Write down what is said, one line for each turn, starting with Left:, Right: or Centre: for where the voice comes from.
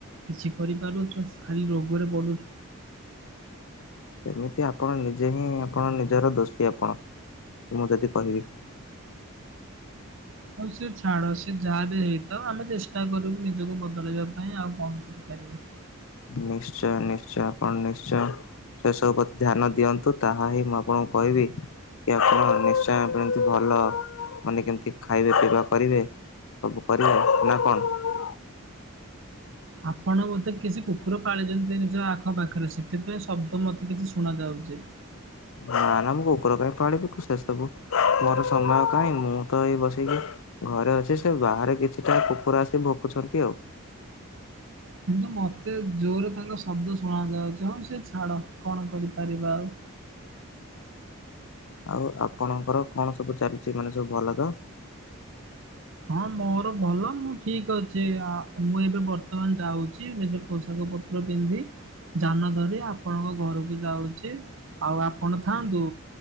Right: କିଛି କରିପାରୁଚୁ ଖାଲି ରୋଗରେ ପଡୁଚୁ।
Left: <inaudible> ଏମିତି ଆପଣ ନିଜେ ହିଁ ଆପଣ ନିଜର ଦୋଷୀ ଆପଣ ମୁଁ ଯଦି କହିବି। <inaudible>
Right: ହୋଉ ସିଏ ଛାଡ ସିଏ ଯାହା ବି ହୋଇଥାଉ ଆମେ ଚେଷ୍ଟା କରିବୁ ନିଜକୁ ବଦଳେଇବା ପାଇଁ ଆଉ କଣ କରିବୁ। ପାରିବୁ।
Left: ନିଶ୍ଚୟ ନିଶ୍ଚୟ ଆପଣ ନିଶ୍ଚୟ। ସେ ସବୁ ପ୍ରତି ଧ୍ୟାନ ଦିଅନ୍ତୁ, ତାହା ହିଁ ମୁଁ ଆପଣଙ୍କୁ କହିବି କି ଆପଣ ନିଶ୍ଚୟ କେମିତି ଭଲ ମାନେ କେମତି ଖାଇବା ପିଇବା କରିବେ ସବୁ କରିବ ନା କଣ?
Right: ଆପଣ ମତେ କିଛି କୁକୁର ପାଳିଛନ୍ତି ନିଜ ଆଖପାଖରେ ସେଥିପାଇଁ ଶବ୍ଦ ମତେ କିଛି ଶୁଣ ଯାଉ ଚି।
Left: ନା ନା ମୁଁ କୁକୁର କାହିଁ ପାଳିବି ସେସବୁ ମୋର ସମୟ କାହିଁ ମୁଁ ତ ଏଇ ବସିକି ଘରେ ଅଛି। ସେ ବାହାରେ କିଛିଟା କୁକୁର ଆସି ଭୋକୁଛନ୍ତି ଆଉ।
Right: କିନ୍ତୁ ମତେ ଜୋରେ ତାଙ୍କ ଶବ୍ଦ ଶୁଣା ଯାଉଚି, ହଉ ସେ ଛାଡ। କଣ କରିପାରିବା ଆଉ।
Left: ଆଉ ଆପଣଙ୍କର କଣ ସବୁ ଚାଲିଛି, ମାନେ ସବୁ ଭଲ ତ?
Right: ହଁ ମୋର ଭଲ ମୁଁ ଠିକ ଅଛି ଆ ମୁଁ ଏବେ ବର୍ତ୍ତମାନ ଯାଉଚି ନିଜ ପୋଷାକ ପତ୍ର ପିନ୍ଧି ଯାନ ଧରି ଆପଣଙ୍କ ଘରକୁ ଯାଉଚି, ଆଉ ଆପଣ ଥାଆନ୍ତୁ